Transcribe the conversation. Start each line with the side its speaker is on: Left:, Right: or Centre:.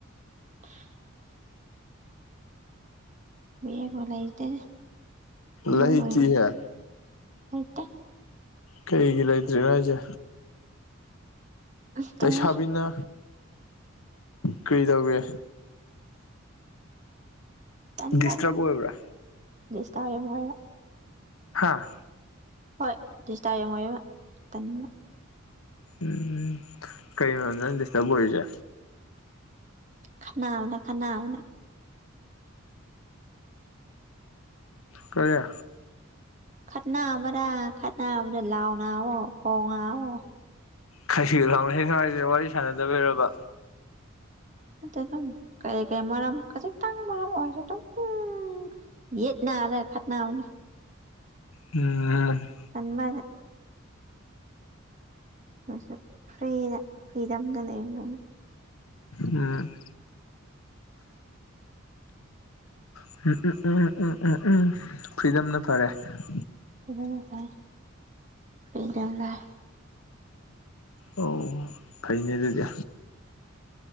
Right: <inaudible> ꯕꯤꯑꯦꯕꯨ ꯂꯩꯇꯦ ꯑꯉꯥꯡ
Left: ꯂꯩꯇꯦꯍꯦ
Right: ꯑꯣꯏꯔꯤ ꯂꯩꯇꯦ
Left: ꯀꯩꯒꯤ ꯂꯩꯇ꯭ꯔꯤꯅꯣ ꯍꯥꯏꯖꯦ
Right: ꯑꯁ ꯇꯜꯂꯦ
Left: ꯂꯩꯁꯥꯕꯤꯅ ꯀꯔꯤ ꯇꯧꯒ꯭ꯔꯦ
Right: ꯇꯟꯒꯅꯨ
Left: ꯗꯤꯁꯇꯔꯕ ꯑꯣꯏꯕ꯭ꯔꯥ
Right: ꯗꯤꯁꯇꯥꯔꯦꯝ ꯍꯣꯏꯒ
Left: ꯍꯥꯥ
Right: ꯍꯣꯏ ꯗꯤꯁꯇꯥꯔꯦꯝ ꯃꯣꯏꯕ ꯇꯟꯕ
Left: ꯎꯝ ꯀꯩꯅꯣ ꯅꯪ ꯗꯤꯁꯇ꯭ꯕ ꯑꯣꯏꯔꯤꯖꯦ
Right: ꯈꯟꯅꯕꯅ ꯈꯟꯅꯕꯅ
Left: ꯀꯔꯤ
Right: ꯈꯠꯅꯕꯔ ꯈꯠꯅꯕꯗ ꯂꯥꯎꯅꯕꯣ ꯈꯣꯡꯉꯉꯣ
Left: ꯀꯁꯤꯒꯤ ꯂꯥꯎꯅꯩꯅꯣ ꯍꯥꯏꯖꯦ ꯋꯥꯔꯤ ꯁꯥꯟꯅꯗꯕꯩꯔꯕ
Right: ꯅꯠꯇꯦꯗꯝ ꯀꯩ ꯀꯩ ꯃꯔꯝ ꯈꯖꯤꯛꯇꯪ ꯃꯔꯝ ꯑꯣꯏꯔꯁꯨ ꯑꯗꯨ ꯎꯝ ꯌꯦꯠꯅꯥꯗ ꯈꯠꯅꯕꯗꯣ
Left: ꯎꯝ
Right: ꯇꯟꯕꯅ <unintelligible> ꯐ꯭ꯔꯤꯗ ꯐ꯭ꯔꯤꯗꯝꯗ ꯂꯩꯕꯅ꯫
Left: ꯎꯝ꯫ ꯎꯝ ꯎꯝ ꯎꯝ ꯎꯝ ꯎꯝ ꯎꯝ ꯎꯝ ꯐ꯭ꯔꯤꯗꯝꯅ ꯐꯔꯦ꯫
Right: ꯑꯗꯨꯅ ꯐꯩ <unintelligible>
Left: ꯑꯣ ꯐꯩꯅꯦ ꯑꯗꯨꯗꯤ꯫